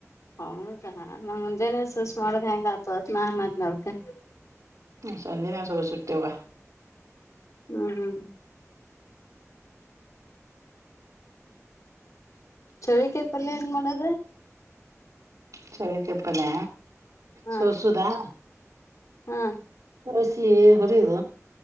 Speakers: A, on the left; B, on the right.
A: ಹೌದಾ ನಮ್ ಮುಂಜಾನೇ ಸ್ವಿಶ್ ಮಾಡದ ಹೆಂಗ ಆತತ್ <inaudible>
B: ಸಂಜೆನಾಸೊಬ ಸಟ್ಟತೆವ
A: ಹ್ಮ್ ಹ್ಮ್ ಚಳಿಕಾಯ್ ಪಲ್ಯ ಹೇಂಗ್ ಮಾಡದು.
B: ಚಳಿಕಾಯ್ ಪಲ್ಯ.
A: ಹಾ
B: ಸೋಸುದಾ..
A: ಹಾ
B: <inaudible> ಎ ಹೋರಿವ